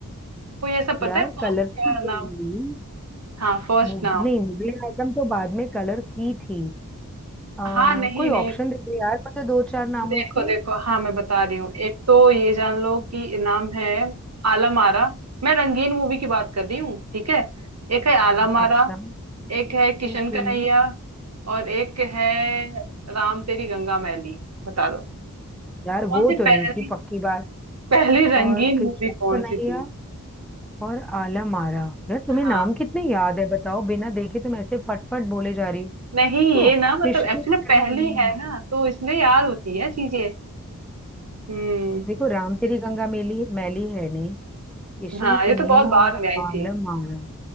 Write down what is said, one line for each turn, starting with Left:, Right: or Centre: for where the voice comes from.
Right: कोई ऐसा पता
Centre: यार
Right: है फर्स्ट
Centre: कलरफुल
Right: क्या नाम
Centre: मूवी
Right: हाँ फर्स्ट
Centre: मुग,
Right: नाम
Centre: नहीं मुगले आजम तो बाद में कलर की थी आ,
Right: हाँ नहीं
Centre: कोई
Right: नहीं
Centre: ऑप्शन दे दो यार मुझे दो चार नामों
Right: देखो
Centre: के
Right: देखो हाँ मैं बता रही हूँ एक तो ये जान लो कि नाम है आलम आरा मैं रंगीन मूवी की बात कर रही हूँ ठीक है एक है आलम
Centre: हाँ
Right: आरा
Centre: अच्छा
Right: एक है किशन
Centre: ओके
Right: कन्हैया और एक है राम तेरी गंगा मैली बता दो
Centre: यार
Right: कौन
Centre: वो
Right: सी
Centre: तो नहीं
Right: पहली
Centre: थी पक्की बात
Right: पहली रंगीन
Centre: और कृष्णा
Right: मूवी कौन
Centre: कन्हैया
Right: सी थी
Centre: और आलम आरा यार तुम्हें
Right: हाँ
Centre: नाम कितने याद है बताओ बिना देखे तुम ऐसे फटफट बोले जा रही
Right: नहीं
Centre: हो
Right: ये
Centre: हाँ,
Right: ना मतलब
Centre: कृष्ण
Right: एक्चुअली
Centre: कन्हैया
Right: पहली है ना तो इसलिए याद होती है चीजें हम्म
Centre: देखो राम तेरी गंगा मेली मैली है नहीं किशन
Right: हाँ ये
Centre: कन्हैया
Right: तो बहुत बाद
Centre: और
Right: में आई
Centre: आलम
Right: थी
Centre: आरा